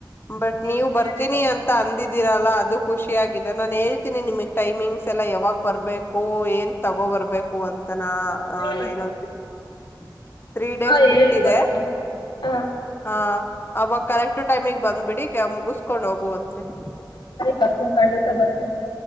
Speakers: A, on the left; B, on the left.
A: ಬಟ್ ನೀವು
B: ಎಷ್ಟ್
A: ಬರ್ತೀನಿ
B: ಹೇಳಿದ್ರು
A: ಅಂತ ಅಂದಿದ್ ತಿರಲ್ಲ ಅದು ಖುಷಿಯಾಗಿದೆ, ನಾನ್ ಹೇಳ್ತಿನಿ ನಿಮಿಗ್ ಟೈಮಿಂಗ್ಸ್ ಎಲ್ಲಾ ಯಾವಾಗ್ ಬರ್ಬೇಕು ಏನ್ ತಗೋಬರ್ಬೇಕು ಅಂತ್ ನಾ
B: ಹಾ
A: ನೈನೊ <inaudible> ತ್ರೀ ಡೇಸ್
B: ಹಾ
A: ಬಿಟ್ಟಿದೆ
B: ಹೇಳಿ ಬರ್ತೇನೆ ಹಾ
A: ಹ ಯಾವಾಗ ಸರಿಯಾದ ಸಮಯ, ಮುಗಿಸಿದ ನಂತರ ಬನ್ನಿ, ನೀವು ಹೋಗಬಹುದು.
B: ಹೌದು ಖಂಡಿತ ನಾನು ಬರುತ್ತೇನೆ.